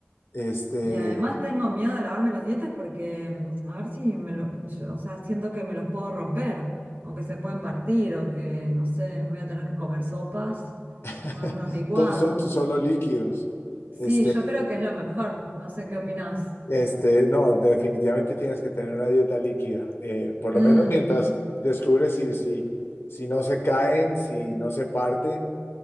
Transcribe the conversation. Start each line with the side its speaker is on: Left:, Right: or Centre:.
Left: este,
Right: Y además tengo miedo de lavarme los dientes porque mm, a ver si me lo, yo, o sea, siento que me los puedo romper o que se pueden partir o que, no sé, voy a tener que comer sopas,
Left: <laughs>
Right: tomar unos licuados.
Left: to- so- solo líquidos.
Right: Sí,
Left: Este,
Right: yo creo que es lo mejor, no sé qué opinás.
Left: este, no, definitivamente tienes que tener una dieta líquida, eh, por
Right: Mm,
Left: lo menos mientras descubres si, si, si no se caen, si no se parten,